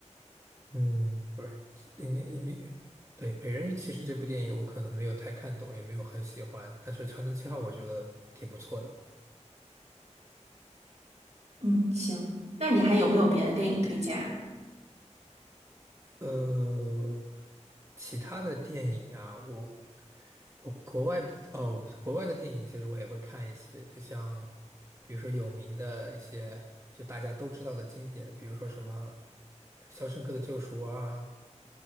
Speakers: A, on the right (about 25°); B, on the right (about 65°).
A: 嗯，对，应该因为对《美人鱼》其实这部电影我可能没有太看懂，也没有很喜欢，但是《长城七号》我觉得挺不错的。
B: 嗯，行，那你还有没有别的电影推荐啊？
A: 呃，其他的电影啊，我我国外的哦，国外的电影其实我也会看一些，就像比如说有名的一些，就大家都知道的经典，比如说什么《肖申克的救赎》啊，